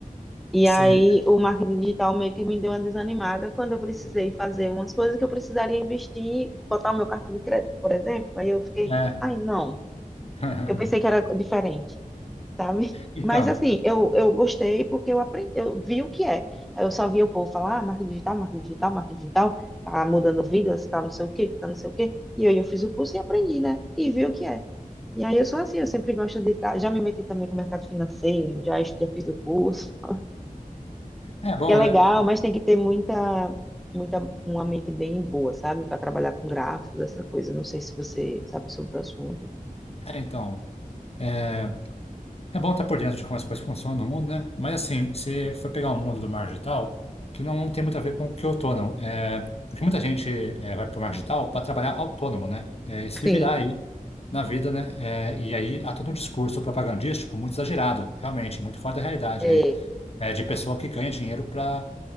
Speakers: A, in the centre; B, on the left (about 45°).
A: E
B: Sei.
A: aí o marketing digital meio que me deu uma desanimada quando eu precisei fazer umas coisas que eu precisaria investir, botar o meu cartão de crédito, por exemplo. Aí eu fiquei,
B: É.
A: ai, não.
B: <laughs>
A: Eu pensei que era diferente sabe?
B: Então.
A: Mas assim, eu, eu gostei porque eu aprendi, eu vi o que é. Eu só via o povo falar, ah, marketing digital, marketing digital, marketing digital, tá mudando vidas, tá não sei o quê, tá não sei o quê. E aí eu fiz o curso e aprendi, né? E vi o que é. E aí eu sou assim, eu sempre gosto de estar, já me meti também com o mercado financeiro, já, es- já fiz o curso, <laughs>
B: É bom,
A: que é legal,
B: né?
A: mas tem que ter muita, muita, uma mente bem boa, sabe? Para trabalhar com gráficos, essa coisa. Não sei se você sabe sobre o assunto.
B: É, então. É é bom estar por dentro de como as coisas funcionam no mundo, né? Mas assim, se for pegar o mundo do marketing digital, que não tem muito a ver com o que eu tô, não. É, porque muita gente é, vai para o marketing digital para trabalhar autônomo, né? É, e se
A: Sim,
B: virar aí na vida, né? É, e aí há todo um discurso propagandístico muito exagerado, realmente, muito fora da realidade
A: é,
B: aí, é, de pessoa que ganha dinheiro para